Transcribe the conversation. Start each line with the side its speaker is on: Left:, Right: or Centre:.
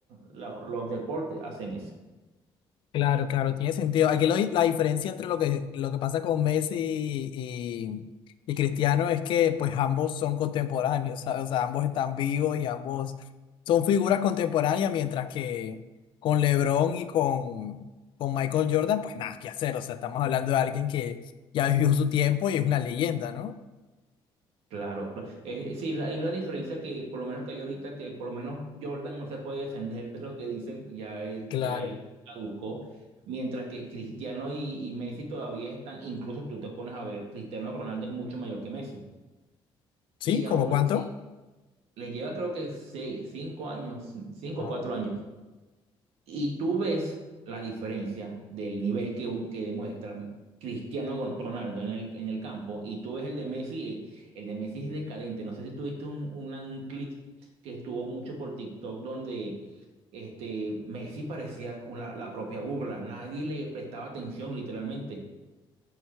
Right: los, los deportes hacen eso.
Left: claro, claro, tiene sentido. Aquí lo- la diferencia entre lo que, lo que pasa con Messi y, y, y Cristiano es que pues ambos son contemporáneos, ¿sabes? O sea, ambos están vivos y ambos son figuras contemporáneas, mientras que con LeBron y con, con Michael Jordan, pues nada, que hacer? O sea, estamos hablando de alguien que ya vivió su tiempo y es una leyenda, ¿no?
Right: Claro, cl- es, es- sí, es la, es la diferencia que por lo menos que hay ahorita, que por lo menos Jordan no se puede defender de lo que dicen, ya, él-
Left: Claro.
Right: ya él caducó. Mientras que Cristiano y, y Messi todavía están, incluso tú te pones a ver, Cristiano Ronaldo es mucho mayor que Messi.
Left: ¿Sí?
Right: Y
Left: ¿Cómo
Right: aún
Left: cuánto?
Right: así le lleva creo que seis, cinco años, cinco
Left: Ah,
Right: o cuatro
Left: ok.
Right: años. Y tú ves la diferencia del nivel que, que demuestra Cristiano Gon- Ronaldo en el, en el campo y tú ves el de Messi, eh, el de Messi es decadente. No sé si tuviste un, una- un clip que estuvo mucho por TikTok donde este, Messi parecía una- la propia burla, nadie le prestaba atención literalmente.